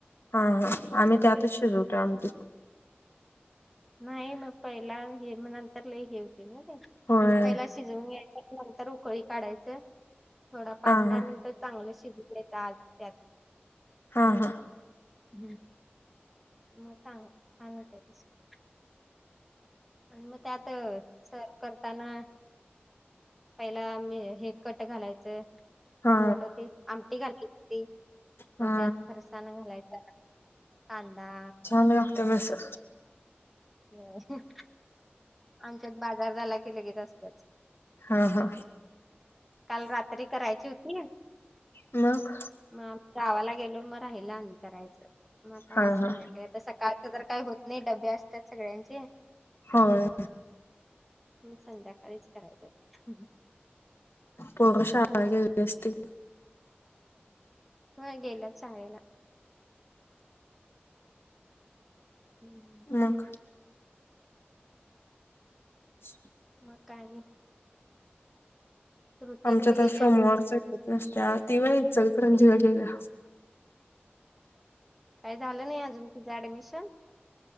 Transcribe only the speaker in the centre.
नाही मग पहिला हे, मग नंतर लय हे होतय नाई ते,
मग पहिला शिजवून घ्याय नंतर उकळी काढायचं, थोडा पाच
दहा
मिनिट चांगलं शिजू द्यायचं आत त्यात.
हम्म. मग छान, छान होतय तशी. <unintelligible> आणि मग त्यात सर्व करताना, पहिला मी हे कट घालायचं
मोड ते, आमटी घालली हो,
मग त्यात फरसा त्यान घालायचा ना, कांदा
हो <unintelligible> आमच्यात बाजार झाला की लगेच असत्याच.
काल रात्री करायची हुती,
मग आम्ही गावाला गेलो मग राहिलं आणि करायचं, मग आता
आज संध्याकाळी
आता सकाळ तर काही होत नाही, डबे असतात सगळ्यांचे.
मग संध्याकाळीच करायचं आता.
व्हय गेल्यात शाळेला. हम्म हम्म.
मग काय आनी. श्रुती
कुठे गेल्या?
काय झालं नाही अजून तीझं ऍडमिशन.